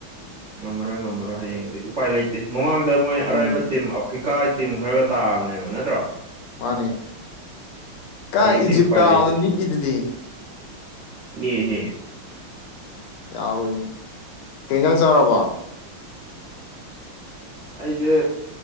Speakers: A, on the right; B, on the left.
A: ꯉꯝꯃꯔꯣꯏ ꯉꯝꯃꯔꯣꯏ ꯍꯌꯦꯡꯗꯤ ꯎꯄꯥꯏ ꯂꯩꯇꯦ ꯃꯃꯥꯡꯗ ꯃꯣꯏ
B: ꯎꯝ
A: ꯑꯔꯥꯏꯕ ꯇꯤꯝ ꯑꯐ꯭ꯔꯤꯀꯥ ꯇꯤꯝ ꯈꯔꯒ ꯇꯥꯕꯅꯦꯕ ꯅꯠꯇ꯭ꯔꯣ
B: ꯃꯥꯅꯦ ꯀꯥꯏ
A: ꯍꯌꯦꯡꯗꯤ
B: ꯏꯖꯤꯞꯇꯥꯅ
A: ꯎꯄꯥꯏ ꯂꯩꯇꯦ
B: ꯅꯤꯛꯏꯗꯨꯗꯤ
A: <unintelligible>
B: ꯌꯥꯔꯣꯏꯃꯦ ꯇꯤꯟꯖꯥꯡ ꯆꯥꯔꯕ
A: ꯑꯩꯁꯦ